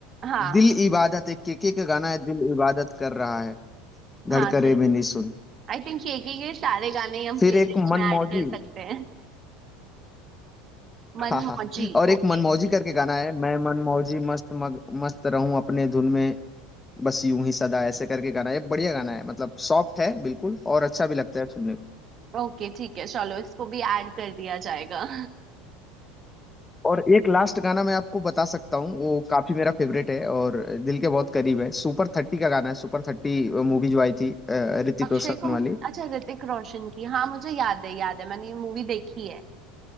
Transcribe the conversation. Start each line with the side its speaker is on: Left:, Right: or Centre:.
Right: हाँ
Left: दिल इबादत एक केके का गाना है दिल इबादत कर रहा है
Right: हाँ
Left: धड़करे
Right: दिल
Left: भी नहीं सुन
Right: आई थिंक ये ये ये सारे गाने हम
Left: फिर
Right: प्लेलिस्ट
Left: एक मनमौजी
Right: में ऐड कर सकते हैं
Left: <laughs>
Right: मन
Left: हाँ हाँ
Right: मौजी
Left: हाँ। और एक
Right: ओके
Left: मनमौजी करके गाना है मैं मनमौजी मस्त मग, मस्त रहूं अपने धुन में बस यूं ही सदा ऐसे करके गाना है ये बढ़िया गाना है मतलब सॉफ्ट है बिल्कुल और अच्छा भी लगता है सुनने में
Right: ओके ठीक है चलो इसको भी ऐड कर दिया जाएगा
Left: और एक लास्ट गाना मैं आपको बता सकता हूँ वो काफी मेरा फेवरेट है और दिल के बहुत करीब है सुपर थर्टी का गाना है सुपर थर्टी मूवी जो आई थी अ, ऋतिक
Right: अक्षय
Left: रोशन
Right: को
Left: वाली
Right: अच्छा ऋतिक रोशन की हाँ मुझे याद है याद है मैंने ये मूवी देखी है